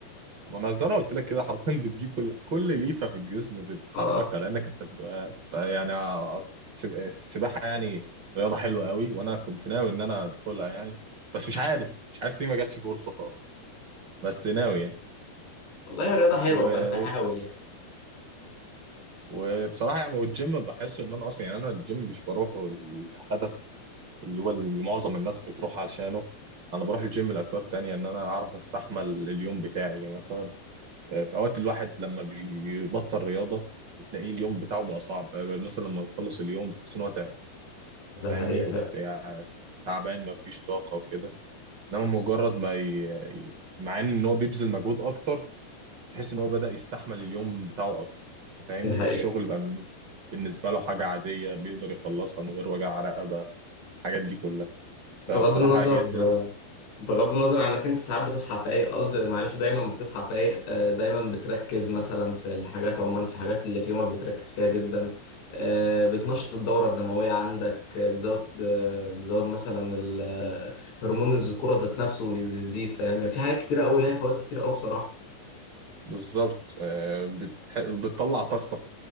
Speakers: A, on the right; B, on the left.
A: ما انا زي ما قلت لك كده حرفيا بتجيب كل كل ليفه في الجسم بتحركها
B: اه
A: لانك انت بتبقى يعني ع- السب- السباحه يعني رياضه حلوه قوي وانا كنت ناوي ان انا ادخلها يعني بس مش عارف مش عارف ليه ما جاتش فرصه خالص بس ناوي يعني
B: والله يا رياضة حلوة
A: و...
B: فانت حاول يعني
A: وبصراحه يعني والجيم بحس ان انا اصلا يعني انا الجيم مش بروحه الهدف اللي هو اللي معظم الناس بتروح عشانه انا بروح الجيم لاسباب تانية ان انا اعرف استحمل اليوم بتاعي يعني مثلا آه، في اوقات الواحد لما بيبطل رياضة بتلاقيه اليوم بتاعه بقى صعب آه، مثلا لما بيخلص اليوم بتحس ان هو تعب
B: ده
A: فاهمني
B: حقيقة فعلا
A: وبتلاقيه ع- تعبان مفيش طاقة وكده انما مجرد ما ي... ي- مع ان هو بيبذل مجهود اكتر تحس ان هو بدأ يستحمل اليوم بتاعه اكتر فاهمني
B: ده حقيقة
A: الشغل بقى من- بالنسبة له حاجة عادية بيقدر يخلصها من غير وجع رقبة الحاجات دي كلها فبصراحة
B: بغض النظر
A: هي دي
B: بغض النظر عن انك انت ساعات بتصحى فايق قصدي معلش دايما بتصحى فايق آه، دايما بتركز مثلا في الحاجات عموما في الحاجات اللي في يومك بتركز فيها جدا آه، بتنشط الدورة الدموية عندك آه، بتزود آه، بتزود مثلا ال- آه، هرمون الذكورة ذات نفسه بيزيد فاهم يعني في حاجات كتيرة قوي لها فوائد كتيرة قوي بصراحة
A: بالظبط آه، بتح... بتطلع طاقتك